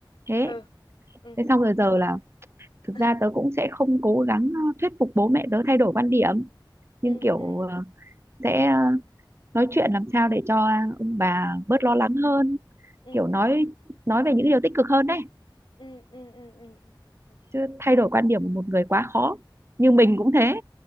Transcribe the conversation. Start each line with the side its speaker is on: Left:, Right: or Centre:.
Right: thế
Left: ờ ừ
Right: thế xong
Left: ừ
Right: rồi giờ là thực
Left: ừ
Right: ra tớ cũng sẽ không cố gắng ờ, thuyết phục bố mẹ tớ thay đổi quan điểm
Left: ừ
Right: nhưng kiểu
Left: ừ
Right: ờ, sẽ ờ, nói chuyện làm sao để cho ông bà bớt lo lắng hơn
Left: ừ
Right: kiểu
Left: ừ
Right: nói nói về những điều tích cực hơn đấy
Left: ừ ừ ừ ừ, ừ,
Right: chứ thay đổi quan điểm của một người quá khó như mình cũng thế